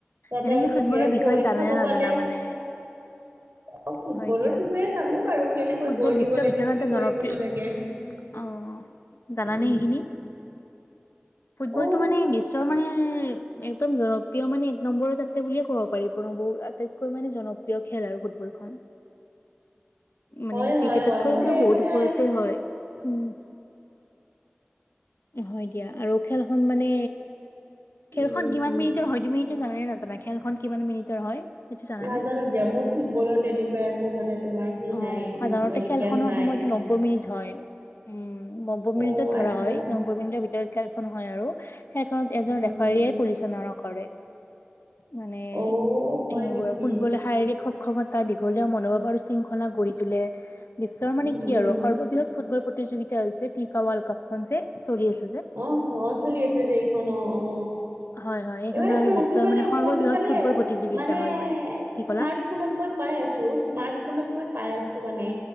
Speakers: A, on the right; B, on the left.
A: তাতে
B: এনে
A: আৰু
B: কি ফুটবলৰ
A: বিৰাট
B: বিষয়ে
A: কোহলী
B: জানে
A: চাব
B: নে নাজানা
A: পালে
B: <inaudible>
A: অ ফুটবলৰ
B: হয় দিয়া
A: বিষয়ে জানো বাৰু কেনেকৈ
B: ফুটবল
A: গ'ল দিব
B: বিশ্বৰ
A: লাগে
B: ভিতৰতে
A: কি কৰিব
B: জনপ্ৰিয়
A: লাগে
B: অ জানানে
A: উম।
B: সেইখিনি ফুটবলটো
A: অ
B: মানে বিশ্বৰ মানে একদম জনপ্ৰিয় মানে এক নম্বৰত আছে বুলিয়ে ক'ব পাৰিব <unintelligible> আটাইতকৈ মানে জনপ্ৰিয় খেল আৰু ফুটবল খন মানে
A: হয়
B: ক্ৰিকেট
A: হয় হয়
B: কৈও
A: মোৰ এই
B: বহুত
A: মানে
B: ওপৰতে হয় উম <inaudible> হয় দিয়া আৰু খেলখন মানে খেলখন
A: উম
B: কিমান মিনিটৰ হয় তুমি সেইটো জানে নাজ জানা খেলখন কিমান মিনিটৰ হয় সেইটো জানানে?
A: নাজানো দিয়া মোৰ ফুটবলৰ তেনেকুৱা একো মানে তোমাৰ হেৰি
B: অ
A: নাই
B: সাধাৰণতে
A: মানে
B: খেল
A: জ্ঞান
B: খনৰ
A: নাই।
B: সময়টো নব্বৈ মিনিট হয় উম নব্বৈ মিনিটত
A: অ
B: ধৰা
A: আচ্ছা
B: হয় নব্বৈ মিনিটৰ ভিতৰত খেলখন হয় আৰু সেইখনত এজন
A: উম
B: ৰেফাৰীয়ে পৰিচালনা কৰে মানে
A: অ হয়
B: সেইবোৰ
A: নেকি
B: ফুটবলে শাৰীৰিক সক্ষমতা দীঘলীয়া মনোভাব আৰু শৃংখলা গঢ় তোলে বিশ্বৰ মানে
A: উম
B: কি
A: উম
B: আৰু সৰ্ববৃহৎ ফুটবল প্ৰতি প্ৰতিযোগিতা হৈছে ফিফা ৱৰ্ল্ড কাপখন যে চলি আছ
A: অহ অ চলি আছে যে এইখন অ অ
B: হয় হয় এইখন
A: এইবাৰ
B: আমাৰ
A: পৰ্টুগালে
B: বিশ্বৰ মানে সৰ্ববৃহৎ
A: পৰ্টুগালে
B: ফুটবল প্ৰতিযোগিতা
A: মানে
B: হয় কি
A: স্মাৰ্ট
B: ক'লা?
A: ফোনত মই পাই আছো স্মাৰ্ট ফোনত মই পাই আছো মানে